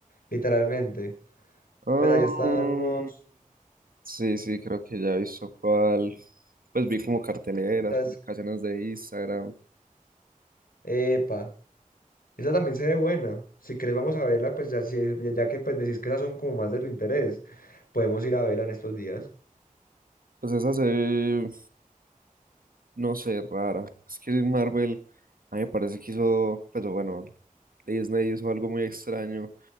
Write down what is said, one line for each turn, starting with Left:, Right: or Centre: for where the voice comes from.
Left: literalmente.
Right: Ah,
Left: Pues ahí están unos...
Right: sí, sí, creo que ya he visto cuál. Pues vi como carteleras,
Left: esas-
Right: publicaciones de Instagram.
Left: Epa. Esa también se ve buena. Si querés, vamos a verla, pues ya, si- ya que pues decís que esas son como más de tu interés, podemos ir a verla en estos días.
Right: Pues esa se ve, no sé, rara. Es que Marvel, a mí me parece que hizo, pero bueno, Disney hizo algo muy extraño.